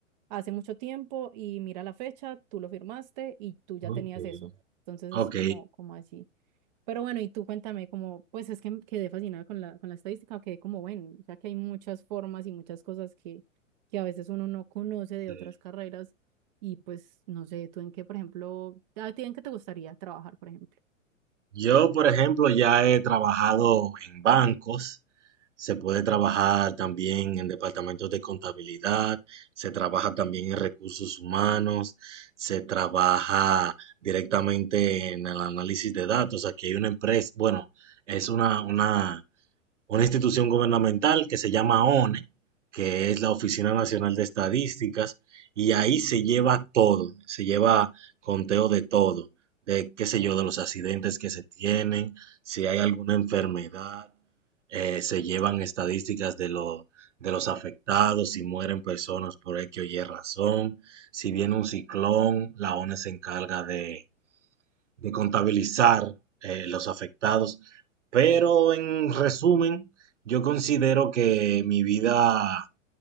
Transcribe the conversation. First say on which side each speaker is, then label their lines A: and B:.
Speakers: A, on the right; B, on the right.
A: hace mucho tiempo y mira la fecha, tú lo firmaste y tú ya tenías
B: ok,
A: eso. Entonces es
B: ok.
A: como, como así. Pero bueno, y tú cuéntame, como, pues es que quedé fascinada con la, con la estadística, que como bueno, o sea que hay muchas formas y muchas cosas que, que a veces uno no conoce de
B: Sí.
A: otras carreras y pues no sé, tú en qué, por ejemplo, a ti en qué te gustaría trabajar, por ejemplo.
B: Yo, por ejemplo, ya he trabajado en bancos. Se puede trabajar también en departamentos de contabilidad, se trabaja también en recursos humanos, se trabaja directamente en el análisis de datos. Aquí hay una empresa, bueno, es una, una, una institución gubernamental que se llama ONE, que es la Oficina Nacional de Estadísticas, y ahí se lleva todo, se lleva conteo de todo, de qué sé yo, de los accidentes que se tienen, si hay alguna enfermedad, eh, se llevan estadísticas de lo- de los afectados, si mueren personas por X o Y razón, si viene un ciclón, la ONE se encarga de de contabilizar eh, los afectados. Pero en resumen, yo considero que mi vida